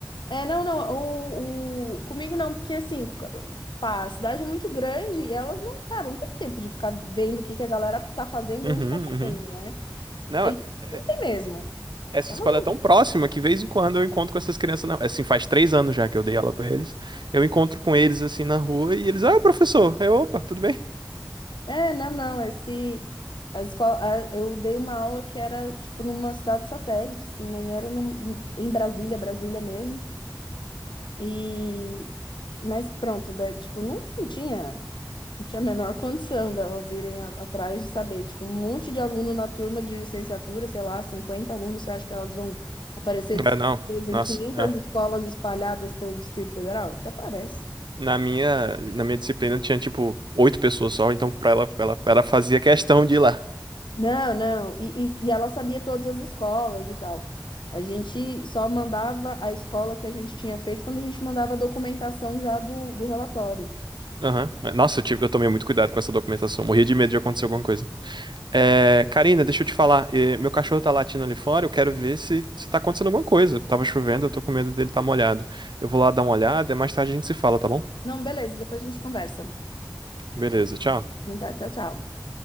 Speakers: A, on the left; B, on the right.
A: É, não, não, o, o- comigo não, porque assim, pá, a cidade é muito grande e elas não, cara, não tem tempo de ficar vendo o que que a galera tá fazendo,
B: Uhum,
A: onde tá fazendo,
B: uhum.
A: né?
B: Não,
A: Eles
B: é,
A: não tem mesmo.
B: Essa
A: Eu
B: escola
A: não-
B: é tão próxima que, de vez em quando, eu encontro com essas crianças na... Assim, faz três anos já que eu dei aula pra eles. Eu encontro com eles, assim, na rua e eles... Ah, professor! Eu, opa, tudo bem?
A: É, não, não, esse. As escola, a- eu dei uma aula que era, tipo, numa cidade satélite, assim, nem era num- em Brasília, Brasília mesmo. E. Mas pronto, da- tipo, não, não tinha. Não tinha a menor condição delas irem a- atrás de saber. Tipo, um monte de aluno na turma de licenciatura, sei lá, 50 alunos, você acha que elas vão aparecer de
B: Ah,
A: surpresa
B: não. Nossa.
A: em 500
B: ah.
A: escolas espalhadas pelo Distrito Federal? Até parece.
B: Na minha, na minha disciplina tinha, tipo, oito pessoas só. Então, pra ela, pra ela, pra ela fazia questão de ir lá.
A: Não, não. E, e, e ela sabia todas as escolas e tal. A gente só mandava a escola que a gente tinha feito quando a gente mandava a documentação já do, do relatório.
B: Aham. Nossa, eu, tive, eu tomei muito cuidado com essa documentação. Morria de medo de acontecer alguma coisa. É, Karina, deixa eu te falar. eh, Meu cachorro tá latindo ali fora. Eu quero ver se, se tá acontecendo alguma coisa. Tava chovendo, eu tô com medo dele tá molhado. Eu vou lá dar uma olhada. Mais tarde a gente se fala, tá bom?
A: Não, beleza, depois a gente conversa.
B: Beleza, tchau.
A: Então tá, tchau, tchau.